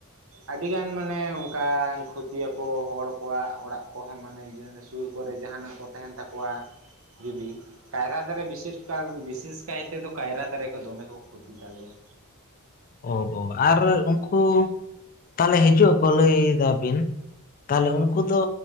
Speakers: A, on the right (about 70°); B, on the left (about 40°).
A: ᱟᱹᱰᱤᱜᱟᱱ ᱢᱟᱱᱮ ᱚᱱᱠᱟ ᱠᱷᱩᱛᱤᱭᱟ ᱠᱚ ᱦᱚᱲ ᱠᱚᱣᱟᱜ ᱚᱲᱟᱜ ᱠᱚᱦᱚᱸ ᱢᱟᱱᱮᱼᱼ ᱥᱩᱨ ᱠᱚᱨᱮ ᱡᱟᱦᱟᱱᱟᱜ ᱠᱚ ᱛᱟᱦᱮᱱ ᱛᱟᱠᱚᱣᱟ᱾ ᱡᱩᱫᱤᱼᱼ ᱠᱟᱭᱨᱟ ᱫᱟᱨᱮ ᱵᱤᱥᱤᱨ ᱠᱟᱞ ᱵᱤᱥᱮᱥ ᱠᱟᱭ ᱛᱮᱫᱚ ᱠᱟᱭᱨᱟ ᱫᱟᱨᱮ ᱠᱚ ᱫᱚᱢᱮ ᱠᱚ ᱠᱷᱩᱛᱤ ᱛᱟᱞᱮᱭᱟ᱾
B: ᱚ ᱦᱚ ᱟᱨ ᱩᱱᱠᱩᱼᱼ ᱛᱟᱦᱚᱞᱮ ᱦᱤᱡᱩᱜ ᱟᱠᱚ ᱞᱟᱹᱭ ᱫᱟ ᱵᱤᱱ ᱛᱟᱦᱚᱞᱮ ᱩᱱᱠᱩ ᱫᱚᱼᱼ